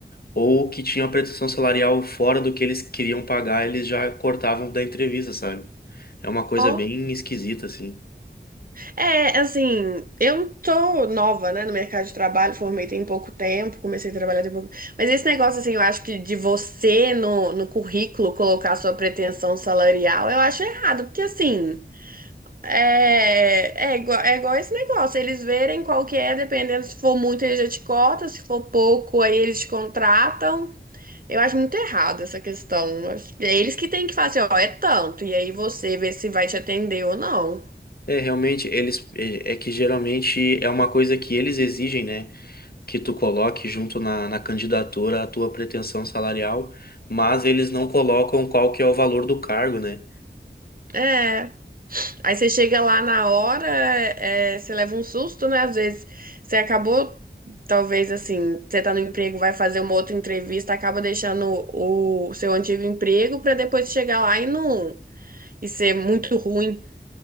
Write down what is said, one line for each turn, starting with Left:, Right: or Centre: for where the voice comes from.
Left: ou que tinha uma pretensão salarial fora do que eles queriam pagar, eles já cortavam da entrevista, sabe? É uma coisa
Right: Ó,
Left: bem esquisita, assim.
Right: É, assim, eu não tô nova, né, no mercado de trabalho, formei tem pouco tempo, comecei a trabalhar tem pouco. Mas esse negócio, assim, eu acho que de você no, no currículo colocar sua pretensão salarial, eu acho errado, porque assim, é, é, igual, é igual esse negócio, eles verem qual que é, dependendo se for muito, eles já te cortam, se for pouco, aí eles te contratam. Eu acho muito errado essa questão. Eu acho que É eles que têm que fazer, ó, é tanto, e aí você vê se vai te atender ou não.
Left: É, realmente, eles é é que geralmente é uma coisa que eles exigem, né? Que tu coloque junto na, na candidatura a tua pretensão salarial, mas eles não colocam qual que é o valor do cargo, né?
Right: É, Aí você chega lá na hora, é, você leva um susto, né? Às vezes você acabou, talvez assim, você tá no emprego, vai fazer uma outra entrevista, acaba deixando o seu antigo emprego para depois chegar lá e não e ser muito ruim.